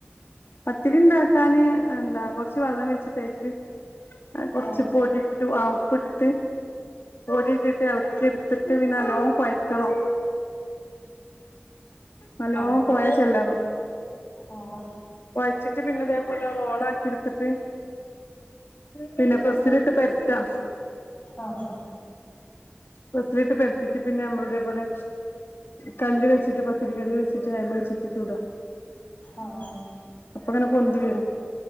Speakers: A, on the left; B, on the left.
A: പത്തിരി ഇണ്ടാക്കാന് എന്താ കൊറച്ച് വെള്ളം വെച്ചിട്ട് അയ്ക്ക് അഹ് കൊറച്ച്
B: ആഹ്
A: പൊടി ഇട്ടിട്ട് ആഹ് ഉപ്പ് ഇട്ടിട്ട് പൊടി ഇട്ടിട്ട് എളക്കി എടുത്തിട്ട് പിന്ന നല്ലോം കൊയ്ക്കണം. നല്ലോം
B: ആഹ്
A: കൊയ ചെല്ലണം.
B: ആഹ്.
A: കൊയച്ചിട്ട് പിന്നെ ഇതേപോലെ റോളാക്കി ഇട്ത്തിട്ട് പിന്നെ പ്രസ്സിലിട്ട് പരത്താ.
B: ആഹ്.
A: പ്രസ്സിലിട്ട് പരത്തീട്ട് പിന്നെ നമ്മള് ഇതേപോലെ കല്ല് വെച്ചിട്ട് പത്തിരി കല്ല് വെച്ചിട്ട് അയിമ്മെ വെച്ചിട്ട് ചുടാ.
B: ആഹ്.
A: അപ്പങ്ങെനെ പൊന്തി വരും.